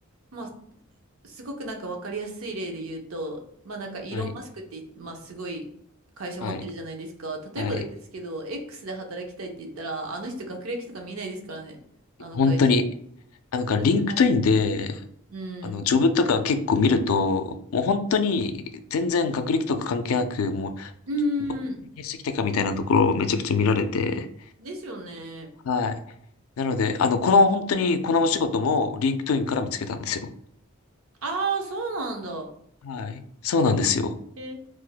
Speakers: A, on the right (about 75°); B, on the left (about 80°).
A: まあすごくなんかわかりやすい例で言うと、まあなんかイーロン・
B: はい。
A: マスクって、まあすごい会社持ってるじゃないですか。
B: はい。
A: 例えばですけど、
B: はい。
A: X で働きたいって言ったら、あの人学歴とか見ないですからね。あの会社。
B: 本当に、あ、なんか、
A: だっても
B: リンクトインで、
A: う、うん。
B: あの、ジョブとか結構見ると、もう本当に、全然学歴とか関係なく、もう
A: うーん。
B: 経験してきたかみたいなところをめちゃくちゃ見られて、
A: ですよね。
B: はい。なので、あの、この本当にこのお仕事もリンクトインから見つけたんですよ。
A: ああ、そうなんだ。
B: はい。そうなんですよ。
A: ええ